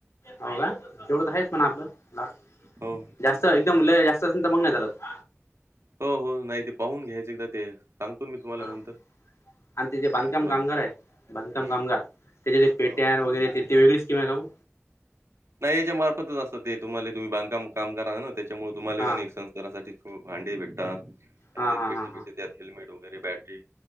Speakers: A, on the left; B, on the right.
A: हो का तेेवढच आहेच पण आपलं म्हणा
B: हो
A: जास्त एकदम लय जास्त तर मग नाही चालत
B: हो हो नाही ते पाहून घ्यायचं एकदा ते सांगतो मी तुम्हाला
A: हा
B: नंतर
A: आणि ते जे बांधकाम
B: काय कोणाला
A: कामगार आहे बांधकाम
B: हम्म
A: कामगार त्याच्या ते पेट्या
B: हो.
A: वगैरे ते ते वेगळी स्कीम आहे का ओ
B: नाही याच्या मार्फतच असतात ते तुम्हाला तुम्ही बांधकाम काम आहे ना त्याच्यामुळे तुम्हाला
A: हा
B: घरासाठी भांडे भेटतात त्यांना
A: हा
B: एक
A: हा
B: पेटी
A: हा
B: भेटते त्यात हेल्मेट वगैरे बॅटरी